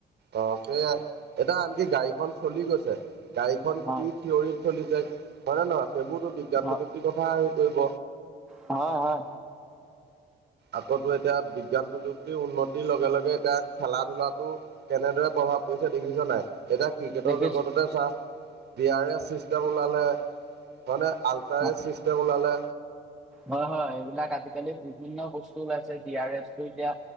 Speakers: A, on the right; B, in the centre.
A: অ সেয়াই এতিয়া আনকি গাড়ীখন চলি গৈছে গাড়ীখন
B: হয়
A: কি থিয়ৰি চলি যায় অ হয়নে নহয় সেইবোৰতো বিজ্ঞান
B: হয়
A: প্ৰযুক্তিৰ কথা হেৰি কৰিব
B: হয় হয়
A: আকৌ এতিয়া বিজ্ঞান প্ৰযুক্তিৰ উন্নতিৰ লগে লগে এতিয়া খেলা ধূলাটো কেনেদৰে অহা পইচা দেখিছ নাই এতিয়া ক্ৰিকেটৰ
B: দেখিছো
A: জগততে চা ডি আৰ এছ চিষ্টেম ওলালে হয়নে আল্ট্ৰা
B: অ
A: এজ চিষ্টেম ওলালে
B: হয় হয় এইবিলাক আজি কালি বিভিন্ন বস্তুও আছে ডি আৰ এছ টো এতিয়া